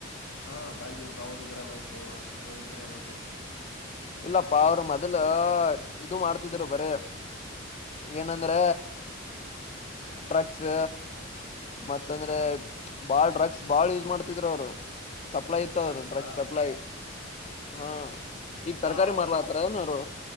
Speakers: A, on the left; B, on the left.
A: ಹಾ ದಾಯ ದಾವುದ ಇಬ್ರಾಹಾಮ್ ಆಯ್ತು ಆಸಿಫ ಇಬ್ರಾಹಿಂ ಆಯ್ತು
B: ಇಲ್ಲಪ್ಪಾ ಅವ್ರ ಮೊದ್ಲ ಇದು ಮಾಡ್ತಿದರು ಬರೆ ಏನಂದ್ರ ಡ್ರಗ್ಸ್ ಮತ್ತ ಅಂದ್ರೆ ಬಾಳ್ ಡ್ರಗ್ಸ್ ಬಾಳ್ ಯೂಸ್ ಮಾಡ್ತಿದರು ಅವರು ಸಪ್ಲೈ ಇತ್ತವ್ರ
A: ಡ್ರಗ್ಸಾ
B: ಡ್ರಗ್ಸ್ ಸಪ್ಲೈ ಹಾ ಈಗ
A: ಹಾ
B: ತರಕಾರಿ
A: ಅದು
B: ಮಾರ್ಲಾತಾರ ಏನ ಅವ್ರು